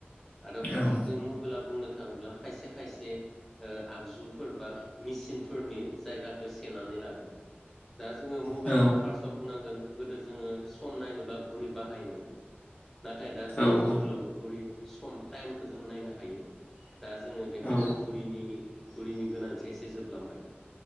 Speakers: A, in the centre; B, on the left.
A: आरो फारसेथिं
B: औ
A: मबाइला बुंनो थाङोब्ला खायसे खायसे ओ आगजुफोरबा मेसिनफोरनि जायगाखौ सेेनानै लादो। दा जोङो मबेला
B: औ
A: फार्स्टआव बुंनांगोन गोदो जोङो सम नायनोब्ला घुरि बाहायोमोन नाथाय दा जोङो
B: औ
A: मबाइलावनो घुरि सम टाइमखौ जों नायनो हायो। दा जोङो बेखायनो
B: औ
A: घुरिनि घुरिनि गोनांथिया एसे जोबलांबाय।